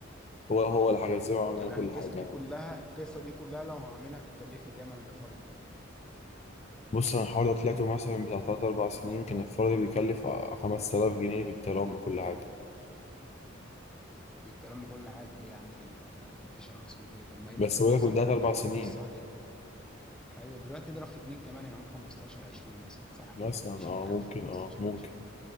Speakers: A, on the left; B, in the centre.
A: هو هو اللي حجز له وعمل
B: طب
A: لنا
B: يعني
A: كل
B: القصه
A: حاجة
B: دي كلها القصه دي كلها لو هعملها تكلفني كام انا كفرد
A: بص انا حوالي طلعته مثلا بتاع تلات اربع سنين كان الفرد بيكلف خمس تلاف جنيه بالترام بكل حاجة
B: بالكلام بكل حاجه ايه يا عم ده ده ده, ده مفيش ارخص من كده طب ما ايه ما
A: بس
B: تشوف
A: بقولك
B: لنا صاحبك
A: من تلات اربع
B: ده يوصي
A: سنين
B: علينا ايوه دلوقتي اضرب في اتنين كمان يعني قول 15 20 مثلا صح كده
A: مثلا اه
B: 20000
A: ممكن
B: 15000
A: اه ممكن
B: 20000